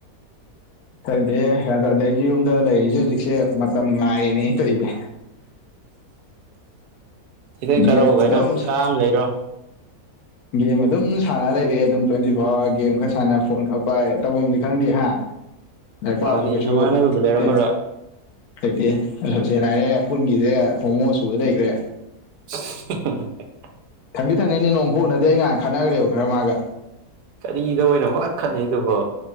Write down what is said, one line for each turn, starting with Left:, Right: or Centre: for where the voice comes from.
Left: ꯐꯔꯤꯗꯦ ꯌꯥ ꯇꯗꯤ ꯑꯩꯁꯦ ꯌꯨꯝꯗ ꯂꯩꯔꯤꯁꯦ ꯍꯧꯖꯤꯛꯁꯦ ꯃꯇꯝ ꯉꯥꯏꯔꯤꯅꯦ ꯑꯩꯅ ꯇꯧꯔꯤꯁꯦ
Right: ꯁꯤꯈꯤꯗꯪ
Left: ꯒꯦꯝ
Right: ꯀꯥꯔꯛꯑꯣ ꯚꯥꯏꯅꯣ
Left: ꯑꯗꯨꯝ
Right: ꯀꯥꯝ ꯂꯩꯔꯣ
Left: ꯒꯦꯝ ꯑꯗꯨꯝ ꯁꯥꯟꯅ ꯂꯩꯔꯦ ꯑꯗꯨꯝ ꯇ꯭ꯋꯦꯟꯇꯤ ꯐꯣꯔ ꯑꯋꯥꯔ ꯒꯦꯝ ꯈꯔ ꯁꯥꯟꯅ ꯐꯣꯟ ꯈꯔ ꯄꯥꯏ ꯇꯧꯐꯝꯝꯗꯤ ꯈꯪꯗꯦ ꯍꯥ ꯂꯥꯏꯔꯤꯛ
Right: ꯃꯥꯅꯤ
Left: ꯄꯥꯕꯁꯨ ꯀꯩꯁꯨ
Right: ꯅꯃꯥꯟꯅꯕꯁꯨ ꯂꯩꯔꯝꯃꯔꯣꯏ
Left: ꯂꯩꯇꯦ ꯂꯩꯇꯦ ꯁꯦꯡꯅ ꯍꯥꯏꯔꯦ ꯄꯨꯨꯟꯒꯤꯁꯦ ꯍꯣꯃꯣ ꯁꯨꯕ ꯂꯩꯈ꯭ꯔꯦ
Right: <unintelligible>
Left: ꯊꯪꯅꯤ ꯊꯪꯅꯤꯩꯅꯦ ꯅꯣꯡꯐꯨ ꯎꯅꯗꯤ ꯑꯩ ꯉꯥꯏꯅ ꯈꯠꯅꯈ꯭ꯔꯦꯕ ꯈꯔ ꯃꯥꯒ
Right: ꯀꯔꯤꯗ ꯑꯣꯏꯅꯣꯅ ꯈꯠꯅꯩꯗꯨꯕꯣ